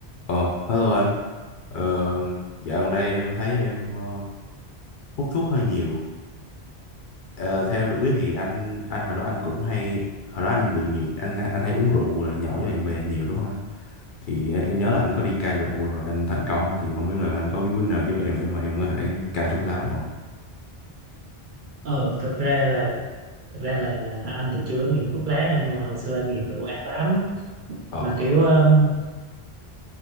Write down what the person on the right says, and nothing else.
ờ thực ra là thực ra là, là là anh thì chưa có nghiện thuốc lá nhưng mà hồi xưa anh nghiện rượu ác lắm
mà kiểu um,